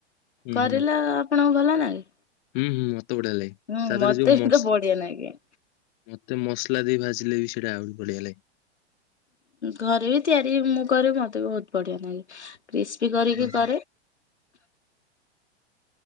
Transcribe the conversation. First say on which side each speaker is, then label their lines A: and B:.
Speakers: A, on the left (about 45°); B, on the left (about 80°).
A: ହୁଁ
B: କରେଲା
A: ହୁଁ
B: ଆପଣଙ୍କୁ ଭନ ନାଗେ।
A: ହୁଁ ହୁଁ ମତେ ବଢିଆ ଲାଗେ।
B: ହୁଁ
A: ତା ଦେହରେ
B: ମତେ
A: ଯୋଉ ମସ
B: ବି ତ ବଢିଆ ନାଗେ।
A: ମତେ ମସ୍ଲା ଦେଇ ଭାଜିଲେ ବି ସେଟା ଆହୁରି ବଢିଆ ଲାଗେ।
B: ଘରେ ବି ତିଆରି ମୁଁ କରେ ମତେ ବି ବହୁତ ବଢିଆ ନାଗେ କ୍ରିସ୍ପି କରିକି
A: ହୁଁ
B: କରେ।
A: <inaudible>